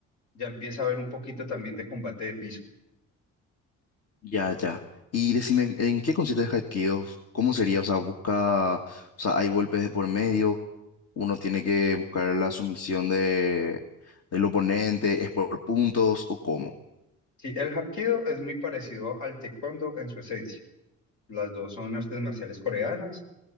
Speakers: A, on the left; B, on the left.
A: ya empieza a haber un poquito también de combate de piso.
B: Ya, ya. Y decime, ¿en qué consiste el Hapkido? ¿Cómo sería? O sea, busca, o sea, hay golpes de por medio. Uno tiene que buscar la sumisión de, del oponente, ¿es por puntos o cómo?
A: Sí, el Hapkido es muy parecido al Taekwondo en su esencia. Las dos son artes marciales coreanas